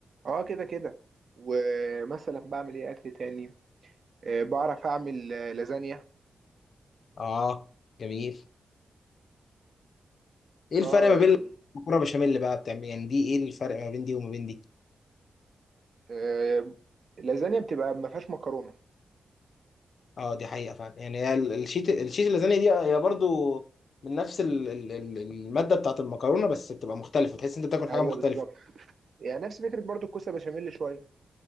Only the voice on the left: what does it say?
اه جميل ايه الفرق
ما بين
المكرونة بشاميل بقى بتعمل يعني دي ايه الفرق ما بين دي وما بين دي
اه دي حقيقة فعلا يعني هي ال- الشيت الشيت اللازانيا دي هي برضو من نفس ال- ال- ال- المادة بتاعت المكرونة بس بتبقى مختلفة تحس انت بتاكل حاجة
مختلفة